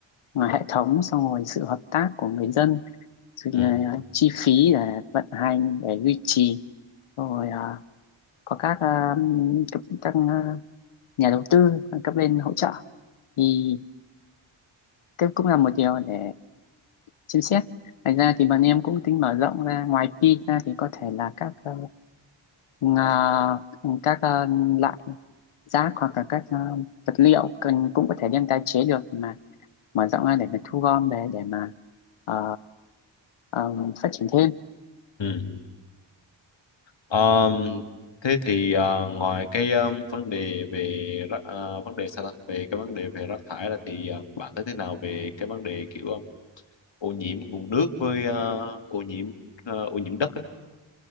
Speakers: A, on the left (about 80°); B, on the left (about 65°).
A: ngoài hệ thống xong rồi sự hợp tác của người dân Sự,
B: ừ
A: à, chi phí để vận hành để duy trì rồi à, có các à, các, các à, nhà đầu tư các bên hỗ trợ thì cái cũng là một điều để xem xét ngoài ra thì bọn em cũng tính mở rộng ra ngoài pin ra thì có thể là các ờ, ngà- các ờ, loại rác hoặc là các ờ, vật liệu cần cũng có thể đem tái chế được mà mở rộng ra để mà thu gom để để mà ờ, ờ, phát triển thêm
B: ừ. Ờm, thế thì ờ, ngoài cái um, vấn đề về rác- ờ, vấn đề sao ta về cái vấn đề về rác thải ra thì ờ, bạn thấy thế nào về cái vấn đề kiểu ô nhiễm nguồn nước với ờ, ô nhiễm ờ, ô nhiễm đất á.